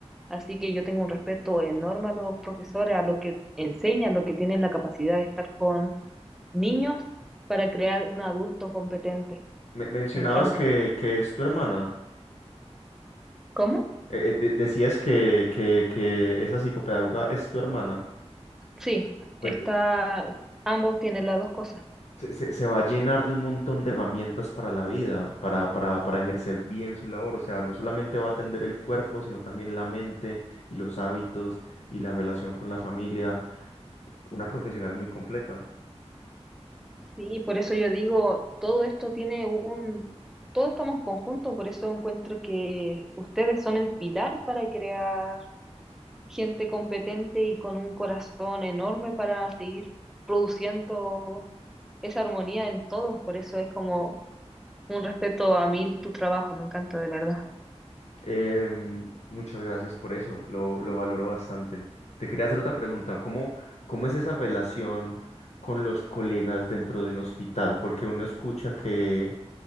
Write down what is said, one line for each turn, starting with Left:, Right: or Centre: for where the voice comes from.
Centre: Así que yo tengo un respeto enorme a los profesores, a los que enseñan, los que tienen la capacidad de estar con niños para crear un adulto competente.
Left: mencionabas
Centre: Me encanta.
Left: que, que es tu hermana.
Centre: ¿Cómo?
Left: Eh, eh, de- decías que, que, que esa psicopedagoga es tu hermana.
Centre: Sí,
Left: Pues.
Centre: está, ambos tienen las dos cosas.
Left: se, se- se va a llenar de un montón de herramientas para la vida, para, para, para ejercer bien su labor. O sea, no solamente va a atender el cuerpo, sino también la mente y los hábitos y la relación con la familia. Una profesional muy completa.
Centre: Sí, por eso yo digo, todo esto tiene un, todo estamos en conjunto, por eso encuentro que ustedes son el pilar para crear gente competente y con un corazón enorme para seguir produciendo esa armonía en todos. Por eso es como un respeto a mil tu trabajo, me encanta de verdad.
Left: Em, muchas gracias por eso, lo, lo valoro bastante. Te quería hacer otra pregunta. ¿Cómo, cómo es esa relación con los colegas dentro de un hospital? Porque uno escucha que